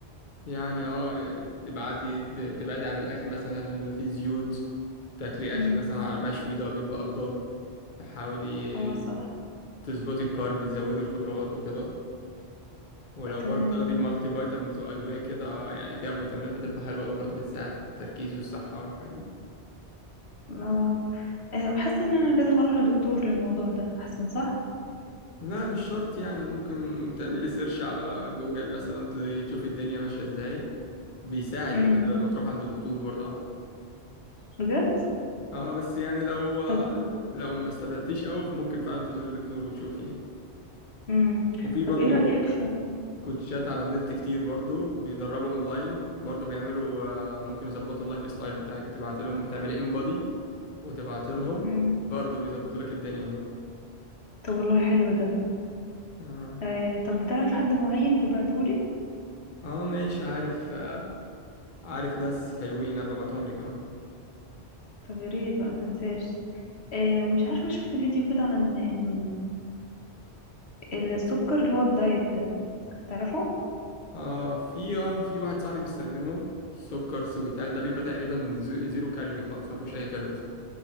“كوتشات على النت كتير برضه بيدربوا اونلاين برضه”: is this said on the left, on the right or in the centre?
Left